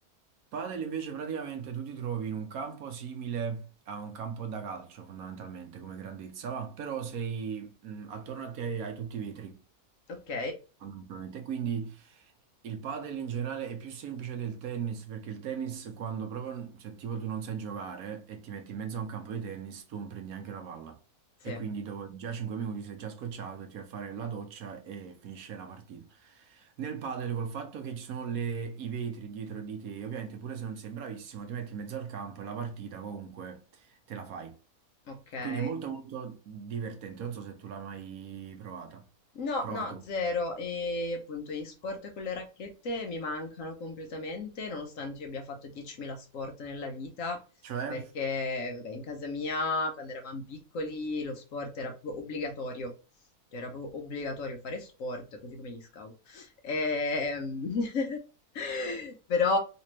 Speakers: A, on the right (about 70°); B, on the left (about 65°).
A: Padel invece praticamente tu ti trovi in un campo simile a un campo da calcio fondamentalmente come grandezza, va, però sei mh, attorno a te hai, hai tutti i vetri,
B: Ok,
A: fondamentalmente. Quindi il padel in generale è più semplice del tennis perché il tennis quando proprio, cioè tipo tu non sai giocare e ti metti in mezzo a un campo di tennis, tu non prendi neanche una palla.
B: sì,
A: E quindi dopo già 5 minuti sei già scocciato e ti vai a fare la doccia e finisce la partita. Nel padel col fatto che ci sono le- i vetri dietro di te, ovviamente pure se non sei bravissimo ti metti in mezzo al campo e la partita comunque te la fai.
B: ok.
A: Quindi è molto molto divertente, non so se tu l'hai mai provata.
B: No,
A: Provato.
B: no, zero. E appunto gli sport con le racchette mi mancano completamente, nonostante io abbia fatto 10.000 sport nella vita,
A: Cioè,
B: perché vabbè, in casa mia, quando eravamo piccoli, lo sport era proprio obbligatorio. Cioè, era proprio obbligatorio fare sport, così come gli scout. Ehm, <laughs> Però,